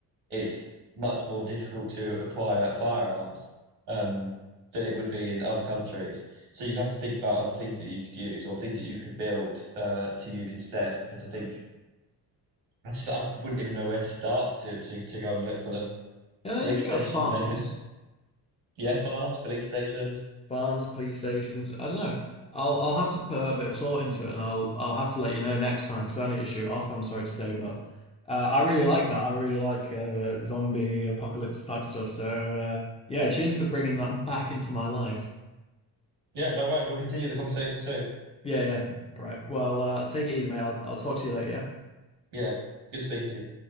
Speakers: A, on the right; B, on the left.
A: it's much more difficult to acquire firearms um, than it would be in other countries. So you'd have to think about other things that you could use or things that you could build uh, to use instead, because I think I just I wouldn't even know where to start to, to, to go and look for them.
B: You know,
A: Police
B: you could
A: stations,
B: go to farms,
A: maybe. Yeah, farms, police stations.
B: farms, police stations. I don't know. I'll I'll have to put a bit of thought into it, and I'll I'll have to let you know next time because I need to shoot off. I'm sorry to say, but uh, I really like that. I really like uh, zombie apocalypse type stuff. So uh, yeah, cheers for bringing that back into my life.
A: Yeah, no worries. We'll continue the conversation soon.
B: Yeah, yeah. All right. Well, uh, take it easy, mate. I'll I'll talk to you later, yeah?
A: Yeah, good speaking to you.